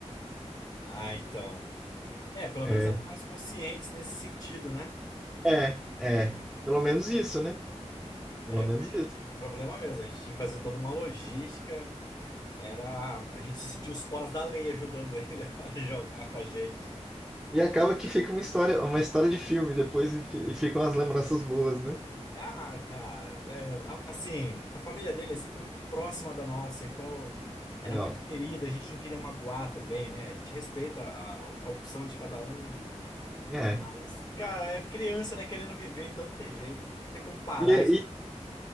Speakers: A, on the left; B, in the centre.
A: Ah, então. É, pelo
B: É,
A: menos eram mais conscientes nesse sentido, né?
B: é, é. Pelo menos isso, né? Pelo
A: É,
B: menos
A: porque a gente
B: isso.
A: teve problema mesmo. A gente tinha que fazer toda uma logística. Era, a gente se sentiu os foras da lei ajudando ele <laughs> a jogar com a gente.
B: E acaba que fica uma história, uma história de filme depois e, fi- e ficam as lembranças boas, né?
A: Ah, cara, é, a- assim, a família dele sempre foi muito próxima da nossa, então era
B: Legal.
A: muito querida, a gente não queria magoar também, né? A gente respeita a, a opção de cada um,
B: É.
A: mas, cara, é criança, né, querendo viver, então não tem jeito, não tem como parar
B: E,
A: isso.